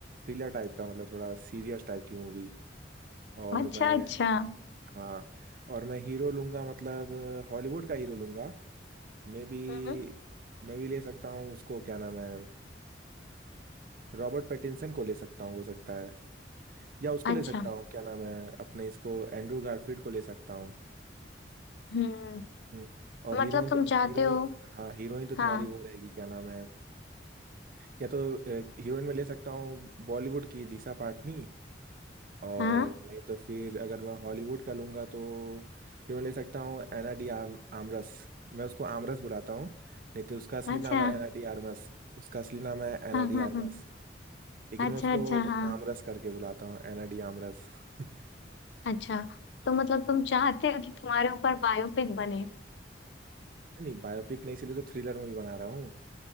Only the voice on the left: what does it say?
अच्छा
अच्छा हम्म,
हम्म,
अच्छा
हम्म
मतलब तुम
चाहते
हो
हाँ
हाँ
अच्छा
हाँ
हाँ
हाँ
अच्छा
अच्छा हाँ
अच्छा तो मतलब तुम चाहते हो कि तुम्हारे ऊपर बायोपिक बने